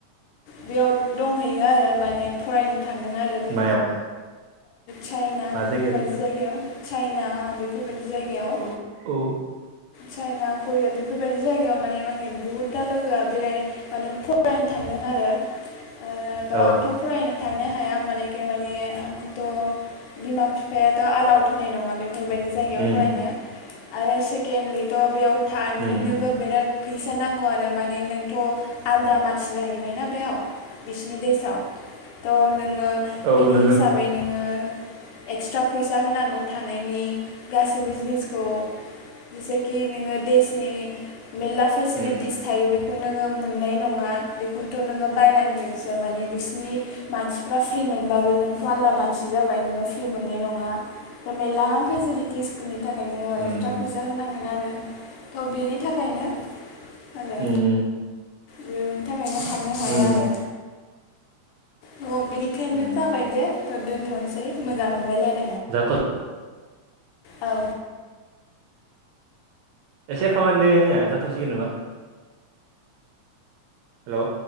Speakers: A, on the left (about 80°); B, on the right (about 75°).
A: बेयाव दंहैयो आरो माने फरायनो थांदों आरो बे।
B: मायाव
A: चाइना
B: मा
A: बेफोरबायदि
B: जायगायाव
A: जायगायाव चाइना बेफोर बेबायदि जायगायाव।
B: औ औ
A: चाइना करिया बेफोरबायदि जायगायाव माने-माने बहुद दा लोगोआ बेरानो माने फरायनो थ सानदों आरो ओ त
B: औ
A: आंथ' फरायनो। थांनो हाया मानेखे माने आंखौथ' बिमा बिफायाथ' आलाउद होनाय नङा बे बेबायदि जायगायाव
B: उम
A: फरायनो आरो सेकेन्दडलिथ' बेयाव थारनिनोबो
B: उम
A: बिराद फै फैसा नांगौ आरो माने नोंथ' आलदा मानसि जाहैबायना बेयाव। बिसिनि देसआव त नोङो
B: औ
A: बिनि
B: नोंगौ
A: हिसाबै नोङो। एक्सट्रा फैसा होनांगौ थानायनि गासिबो जिनिसखौ। जेसेखि नोङो देशनि मेरला फेसिलिटिस
B: उम
A: थायो बे खौ नोङो मोननाय नङा बेखौथ' नोङो बायनांगोसो माने बिसोरनि मानसि फ्रि मोनबाबो नोंथ' आलादा मानसि जाबाय नोङो फ्रि मोननाय नङा। मेरला फेसिलिटिसफोरनि थाखाय नोङो
B: उम
A: एक्सट्रा फिस होनांगोन आरो त बेनि थाखायनो आरो।
B: उम
A: बेनि थाखायनो थांनो हाया
B: उम
A: आरो। अ बिनिखायनो
B: उम
A: जाबाय दे दोनथ'नोसै मोजां मोनबाय राय <unintelligible>
B: जा <unintelligible>
A: औ।
B: एसे खामानि दङो आंनिया जाथ'सिगोन नामा। हेल'।